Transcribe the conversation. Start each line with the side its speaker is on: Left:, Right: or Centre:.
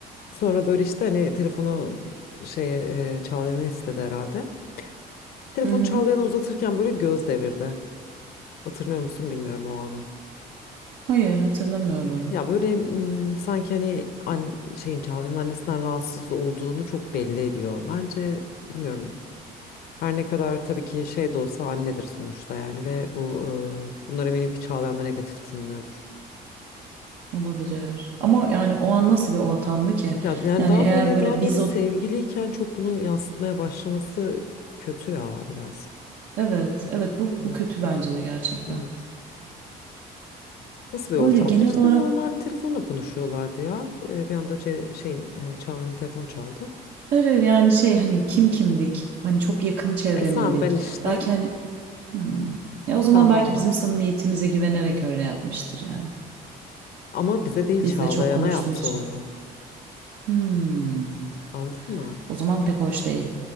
Left: Sonra böyle işte hani telefonu şeye ee, Çağlayan'a istedi herhalde. Telefonu
Right: Hı hı.
Left: Çağlayan'a uzatırken böyle göz devirdi. Hatırlıyor musun bilmiyorum o anı.
Right: Hayır hatırlamıyorum.
Left: Ya böyle mm, sanki hani an, şeyin Çağlayan'ın annesinden rahatsız olduğunu çok belli ediyor. Bence bilmiyorum. Her ne kadar tabii ki şey de olsa annedir sonuçta yani ve bu ee, bunlar eminim ki Çağlayan'da negatif tınlıyordur.
Right: Olabilir. Ama yani o an nasıl bir ortamdı ki?
Left: Ya yani
Right: Yani
Left: daha
Right: eğer
Left: böyle
Right: böyle
Left: daha böyle
Right: biz
Left: sevgiliyken
Right: o
Left: çok bunu yansıtmaya başlaması kötü ya biraz.
Right: evet evet bu
Left: Evet.
Right: bu kötü bence de gerçekten.
Left: Evet. Nasıl bir
Right: Öyle
Left: ortamdı?
Right: genel
Left: İşte
Right: olarak
Left: normal telefonla konuşuyorlardı ya. Ee, Bir anda ce- şeyin e, Çağla'nın telefonu çaldı.
Right: hayır hayır yani şey hani kim kimdik? Hani çok yakın çevre
Left: E sen
Right: miydik?
Left: ben işte.
Right: Belki hani hmm. Ya o zaman
Left: Sen
Right: belki
Left: ben vardık.
Right: bizim samimiyetimize güvenerek öyle yapmıştır yani.
Left: Ama bize değil
Right: Bizle
Left: Çağlayan'a
Right: çok konuştuğu
Left: yaptı
Right: için.
Left: onu.
Right: Hmm.
Left: Anladın mı?
Right: O zaman pek hoş değil.